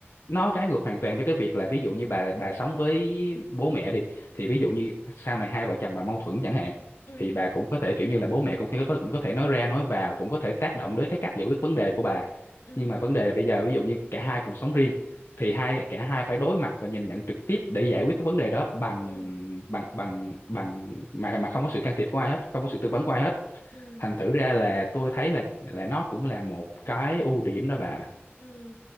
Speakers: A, on the left; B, on the left.
A: nó trái ngược hoàn toàn với cái việc là ví dụ như bà bà sống với bố mẹ đi thì ví dụ như sau này hai vợ chồng bà mâu thuẫn chẳng hạn
B: ừ
A: thì bà cũng có thể kiểu như là bố mẹ cũng có cũng có thể nói ra nói vào cũng có thể tác động đến cái cách giải quyết vấn đề của bà
B: ừ
A: nhưng mà vấn đề là bây giờ ví dụ như cả hai cùng sống riêng thì hai cả hai phải đối mặt và nhìn nhận trực tiếp để giải quyết cái vấn đề đó bằng
B: ừ
A: bằng bằng bằng mà mà không có sự can thiệp của ai hết không có sự tư vấn của ai hết
B: ừ
A: thành thử ra là tôi thấy là là nó cũng là một cái ưu điểm đó bà
B: Ừ.